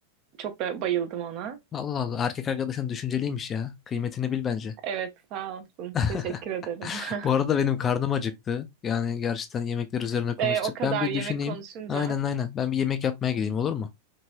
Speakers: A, on the right; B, on the left.
A: Çok be- bayıldım ona.
B: Allah Allah erkek arkadaşın düşünceliymiş ya. Kıymetini bil bence.
A: Evet, sağ olsun.
B: <laughs>
A: Teşekkür ederim. <laughs>
B: Bu arada benim karnım acıktı. Yani gerçekten yemekler üzerine konuştuk.
A: Ee, o kadar
B: Ben bir
A: yemek
B: düşüneyim.
A: konuşunca
B: Aynen aynen. Ben bir yemek yapmaya gideyim olur mu?